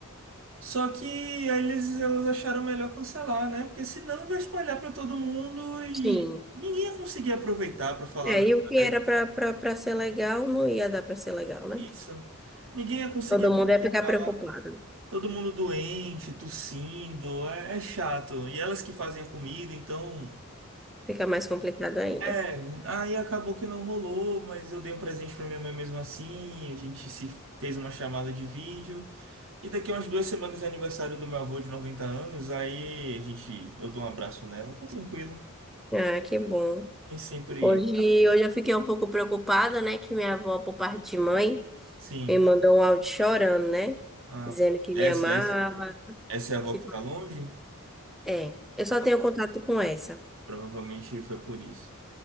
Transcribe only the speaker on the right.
Só que aí eles, elas acharam melhor cancelar, né? Porque senão vai espalhar para todo mundo e
ninguém ia conseguir aproveitar, para falar a
verdade.
Isso. Ninguém ia conseguir
aproveitar.
Todo mundo doente, tossindo, é, é chato. E elas que fazem a comida, então.
É, aí acabou que não rolou, mas eu dei um presente pra minha mãe mesmo assim. A gente se fez uma chamada de vídeo. E daqui a umas duas semanas é aniversário do meu avô de 90 anos. Aí a gente, eu dou um abraço nela, tá tranquilo.
Nem sempre.
Sim.
Ah,
pô.
essa,
essa, essa é a avó
que tá longe?
Ah,
provavelmente foi por isso.